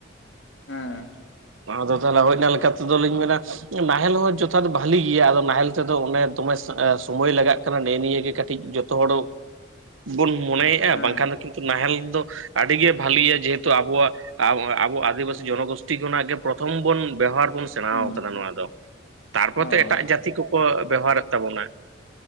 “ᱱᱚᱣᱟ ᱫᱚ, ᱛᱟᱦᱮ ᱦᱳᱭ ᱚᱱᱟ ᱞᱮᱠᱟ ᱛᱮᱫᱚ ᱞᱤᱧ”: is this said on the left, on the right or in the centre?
Right